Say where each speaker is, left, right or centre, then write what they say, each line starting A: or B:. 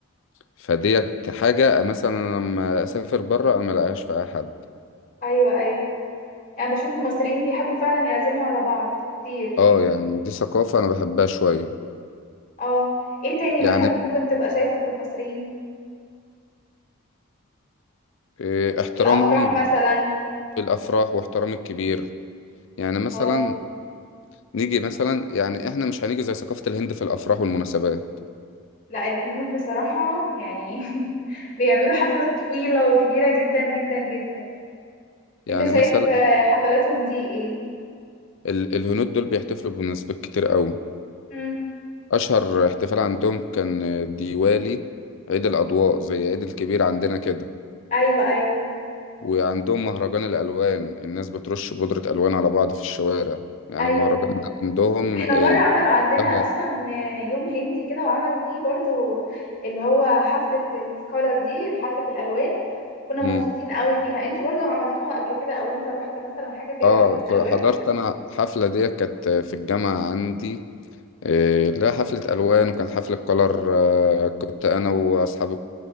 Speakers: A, on the left (about 55°); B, on the left (about 35°).
A: فديت حاجه مثلا أنا لما اسافر بره انا ملاقيهاش في اي حد
B: ايوه ايوه يعني بشوف المصريين بيحبوا فعلا يعزموا على بعض كتير
A: اه يعني دي ثقافه انا بحبها شويه
B: اه ايه تاني
A: يعني
B: مثلا ممكن تبقى شايفه في المصريين
A: آه، احترامهم
B: في الافراح مثلا
A: في الافراح واحترام الكبير يعني مثلا
B: اه
A: نيجي مثلا يعني احنا مش هنيجي زي ثقافة الهند في الافراح والمناسبات
B: لا الهنود بصراحة يعني <laughs> بيعملوا حفلة طويلة وكبيرة جدا جدا جدا
A: يعني
B: انت شايف
A: مثلا
B: آه، حفلاتهم دي ايه
A: ال- الهنود دول بيحتفلوا بمناسبات كتير قوي
B: امم
A: اشهر احتفال عندهم كان ديوالي عيد الاضواء زي عيد الكبير عندنا كده
B: ايوه ايوه
A: وعندهم مهرجان الالوان الناس بترش بودرة الوان على بعض في الشوارع يعني
B: ايوه
A: المهرجان ده عندهم
B: احنا مره عملوا عندنا
A: اه
B: اصلا آه، يوم هندي كده وعملوا فيه برضو اللي هو حفله الكولر دي حفله الالوان وكنا
A: مم.
B: مبسوطين قوي فيها انتوا برضو عملتوها قبل كده او انت رحت مثلا حاجه فيها
A: آه،
B: حفله
A: ك-
B: الوان
A: حضرت انا حفلة ديت كانت في الجامعة عندي إيه، لا حفلة ألوان وكانت حفلة كولر آه، كنت أنا وأصحاب